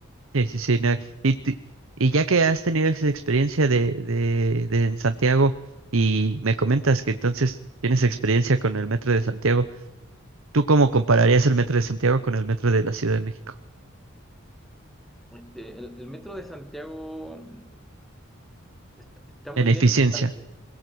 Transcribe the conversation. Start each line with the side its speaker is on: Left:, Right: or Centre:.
Right: Sí, sí, sí. no, Y, ti- y ya que has tenido esa experiencia de, de, de en Santiago y me comentas que entonces tienes experiencia con el metro de Santiago, ¿Tú cómo compararías el metro de Santiago con el metro de la Ciudad de México?
Centre: Este, el, el metro de Santiago mm, está, está muy
Right: En eficiencia,
Centre: bien y se parece